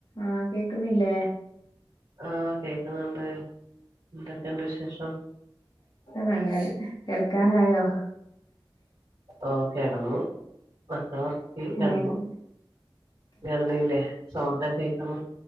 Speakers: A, on the left; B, on the right.
A: ആഹ് കേക്കുന്നില്ലേ?
B: ആഹ് കേക്കുന്നുണ്ട്. എന്തൊക്കെയുണ്ട് വിശേഷം?
A: നല്ലത് കെടക്കാനായോ?
B: ഓഹ് കെടന്നു. മക്കൾ ഒ ഈ കെട്ന്നു.
A: ഏഹ്
B: കെടന്നീല്ലേ സൗണ്ടക്കേ കേക്കുന്നു